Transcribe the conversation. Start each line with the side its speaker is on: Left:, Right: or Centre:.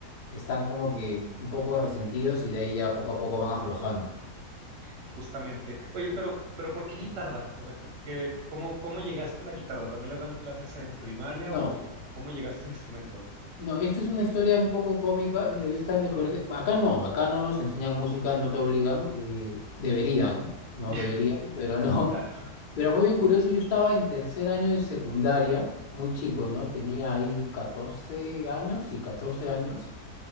Left: están como que un poco resentidos y de ahí ya poco a poco van aflojando.
Right: justamente. Oye, pero, pero ¿por qué guitarra? O sea, que, que- ¿cómo, cómo llegaste a la guitarra? ¿También les dan clases en primaria
Left: No.
Right: o o cómo llegaste a ese instrumento?
Left: No, esta es una historia un poco cómica. Mira, yo estaba en el colegio. Acá no, acá no nos enseñan música, no te obligan. eh, deberían, no
Right: <laughs>
Left: deberían, <laughs> pero no.
Right: Claro.
Left: Pero fue bien curioso. Yo estaba en tercer año de secundaria, muy chico, ¿no? Tenía ahí catorce años, y 14 años.